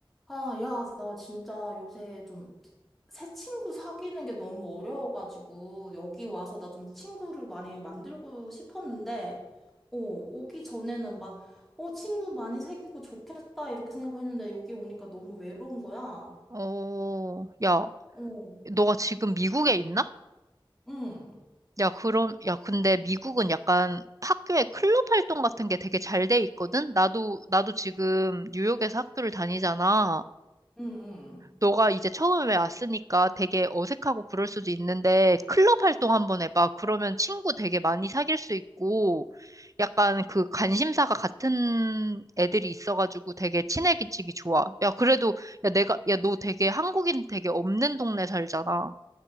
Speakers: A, in the centre; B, on the right.
A: 아, 야, 나 진짜 요새 좀 새 친구 사귀는 게 너무 어려워가지고, 여기 와서 나 좀 친구를 많이 만들고 싶었는데, 어, 오기 전에는 막, 어, 친구 많이 사귀고 좋겠다, 이렇게 생각했는데, 여기 오니까 너무 외로운 거야.
B: 어, 야,
A: 어,
B: 너가 지금 미국에 있나?
A: 응,
B: 야, 그럼, 야, 근데 미국은 약간 학교에 클럽 활동 같은 게 되게 잘 돼 있거든? 나도, 나도 지금 뉴욕에서 학교를 다니잖아.
A: 응, 응.
B: 너가 이제 처음에 왔으니까 되게 어색하고 그럴 수도 있는데, 클럽 활동 한번 해봐. 그러면 친구 되게 많이 사귈 수 있고, 약간 그 관심사가 같은 애들이 있어가지고 되게 친해지기 좋아. 야, 그래도, 야, 내가, 야, 너 되게 한국인 되게 없는 동네 살잖아.